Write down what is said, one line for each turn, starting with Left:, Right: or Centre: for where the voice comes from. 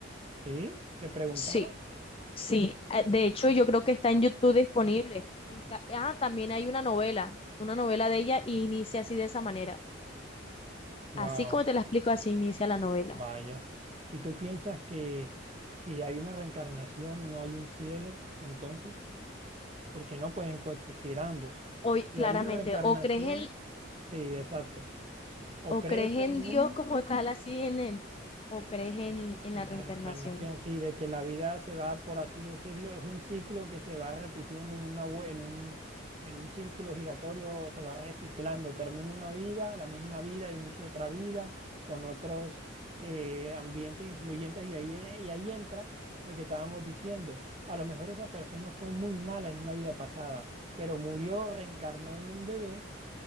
Right: Sí, le preguntaba.
Left: Sí, Sí, eh, de hecho yo creo que está en YouTube disponible. En ca- ah, también hay una novela, una novela de ella y inicia así de esa manera.
Right: Wow.
Left: Así como te la explico, así inicia la novela.
Right: Vaya. ¿Y tú piensas que si hay una reencarnación no hay un cielo, entonces? Porque no pueden coexistir ambos.
Left: Hoy,
Right: Si
Left: claramente,
Right: hay una reencarnación,
Left: o crees en,
Right: sí, exacto. O
Left: o
Right: crees
Left: crees
Right: en
Left: en
Right: uno
Left: Dios como tal, así en él, o crees en, en
Right: En
Left: la reencarnación.
Right: la reencarnación, sí, de que la vida se va, por así decirlo, es un ciclo que se va repitiendo en una, vue- en un, en un círculo giratorio, se va reciclando. Termina una vida, la misma vida, inicia otra vida con otros eh, ambientes influyentes y ahí, y ahí entra lo que estábamos diciendo. A lo mejor esa persona fue muy mala en una vida pasada, pero murió, reencarnó en un bebé